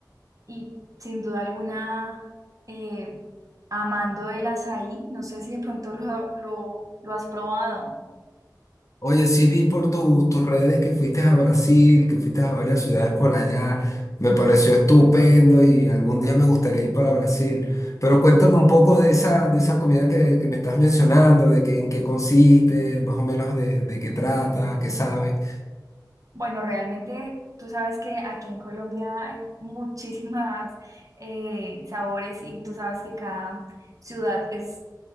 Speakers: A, on the right; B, on the left.
A: Y sin duda alguna, eh, amando el azaí, no sé si de pronto lo, lo, lo has probado.
B: Oye, sí vi por tus tus redes que fuiste a Brasil, que fuiste a varias ciudades por allá. Me pareció estupendo y algún día me gustaría ir para Brasil. Pero cuéntame un poco de esa, de esa comida que, que me estás mencionando, de que, en qué consiste, más o menos de, de qué trata, qué sabe.
A: Bueno, realmente tú sabes que aquí en Colombia hay muchísimas eh, sabores y tú sabes que cada ciudad es